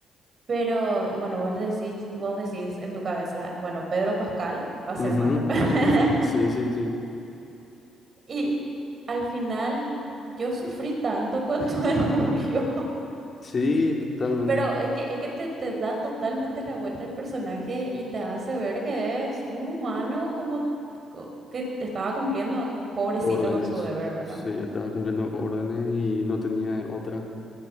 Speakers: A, on the right; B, on the left.
A: Pero, y bueno, vos decís, vos decís en tu cabeza, bueno, Pedro Pascal va a ser
B: Ujú,
A: malo. <laughs>
B: <laughs> ujú, Sí, sí, sí.
A: Y al final yo sufrí tanto cuando él murió. <laughs>
B: Sí, totalmente.
A: Pero es que, es que te, te da totalmente la vuelta el personaje y te hace ver que es un humano como co- que estaba cumpliendo, pobrecito
B: Órdenes.
A: con su deber, ¿verdad?
B: Sí, estaba cumpliendo órdenes y no tenía otra.